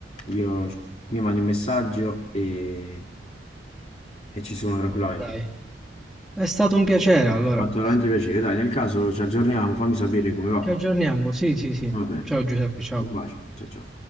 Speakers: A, on the left; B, in the centre.
A: io mi mandi un messaggio e e ci sono tranquillamente.
B: Dai, è stato un piacere allora.
A: Mi ha fatto veramente piacere. Dai, nel caso ci aggiorniamo, fammi sapere come va.
B: Ci aggiorniamo, sì, sì, sì.
A: Va bene.
B: Ciao Giuseppe, ciao.
A: Un bacio. Ciao ciao.